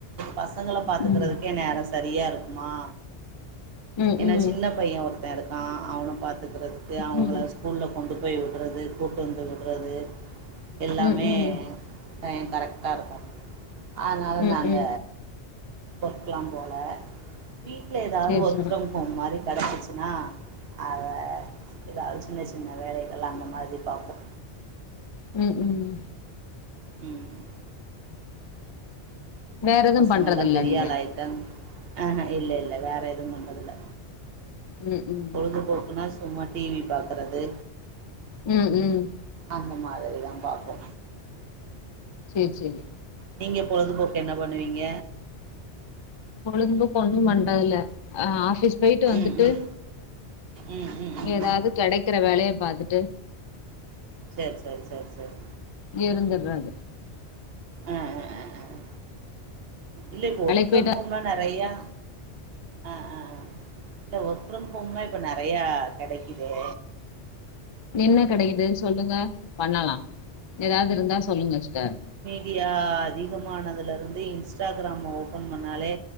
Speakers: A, on the right (about 65°); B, on the left (about 40°).
A: பசங்கள பாத்துக்குறதுக்கே
B: ம்.
A: நேர சரியா இருக்குமா
B: ம்,
A: என்ன
B: ம்,
A: சின்ன பைய ஒருத்த இருக்கா அவன பாத்துக்குறதுக்கு அவுங்கள
B: ம்,
A: ஸ் கூல்ல கொண்டு போய் விடுறது கூட்டு வந்து விடுறது எல்லாமே
B: ம், ம்,
A: டைய கரெக்டா இருக்கு அதனால
B: ம்,
A: நாங்க
B: ம்.
A: ஒர்க்லா போல வீட்ல எதாவ்து
B: சரி,
A: ஒர்க்
B: சரி.
A: ஃப்ரம் ஹோம் மாரி கெடச்சிச்சுனா அத எதாவ்து சின்ன சின்ன வேலைகள் அந்த மாதிரி பாப்போ
B: ம் ம்
A: ம்
B: வேற எதுவும்
A: பசங்கல்லா
B: பண்றதில்ல
A: பெரிய
B: நீங்க?
A: ஆளாயிட்டங் ஆ இல்ல இல்ல வேற எதுவு பன்றதில்ல
B: ம், ம்.
A: பொழுதுபோக்குன்னா சும்மா டி வி பாக்குறது
B: ம் ம்
A: அந்த மாதிரிதா பாப்போ
B: செரி செரி
A: நீங்க பொழுதுபோக்கு என்ன பண்ணுவீங்க
B: பொழுதுபோக்கு ஒண்ணு பண்றதில்ல
A: ம்
B: அ ஆஃபிஸ் போய்ட்டு வந்துட்டு
A: ம் ம் ம் ம் ம்
B: எதாவ்து
A: ம்
B: கெடக்கிற வேலைய பாத்துட்டு
A: செர் சரி சரி சரி
B: இருந்துறது
A: ஆ ஆ ஆ ஆ ஆ இல்ல இப்போ ஒர்க்
B: வேலைக்கு
A: ஃப்ரம்
B: போயிட்டா
A: ஹோம்லா நெறையா ஆ ஆ ஆ இல்ல ஒர்க் ஃப்ரம் ஹோம்லா இப்போ நெறையா கெடக்குதே
B: என்ன கெடைக்குது சொல்லுங்க பண்ணலா எதாவ்து இருந்தா சொல்லுங்க சிஸ்டர்
A: டியா அதிகமானதுல இருந்தே இன்ஸ்டாகிராம ஓபன் பண்ணாலே